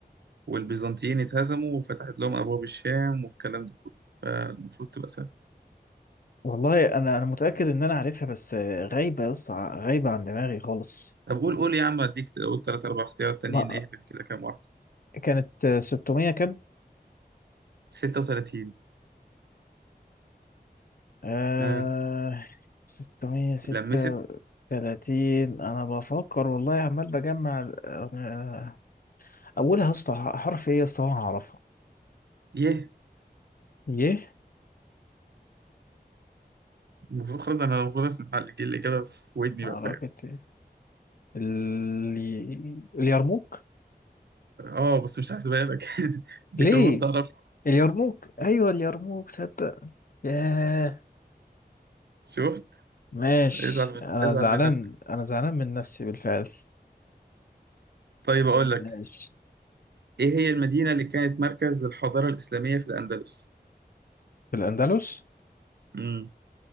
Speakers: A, on the right; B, on the left.
A: والبيزنطيين اتهزموا وفتحت لهم أبواب الشام والكلام ده كله فالمفروض تبقى سهل
B: والله انا انا متاكد ان انا عارفها بس آه، غايبه يا اسطى غايبه عن دماغي خالص
A: طب قول قول يا عم اديك قول تلات أربع اختيارات تانيين
B: ما
A: اهبط كده كام واحد
B: كانت آه، 600 كام
A: 36
B: آه
A: اه
B: ستمية ستة
A: لمست
B: تلاتين أنا بفكر والله عمال بجمع ال- آه أولها يا اسطى حرف إيه يا اسطى وأنا هعرفها
A: يه
B: يه
A: المفروض خلاص أنا المفروض أسمع الإج- الإجابة في ودني
B: معركة
A: بقى فاهم
B: إيه؟ ال- اليرموك
A: اه بس مش هحسبها لك <laughs> دي
B: ليه
A: كان المفروض تعرفها
B: اليرموك أيوة اليرموك صدق ياه
A: شفت
B: ماشي
A: ازعل من
B: أنا
A: ازعل
B: زعلان
A: من نفسك
B: أنا زعلان من نفسي بالفعل
A: طيب
B: طب
A: أقول لك
B: ماشي
A: إيه هي المدينة اللي كانت مركز للحضارة الإسلامية في الأندلس؟
B: في الأندلس
A: امم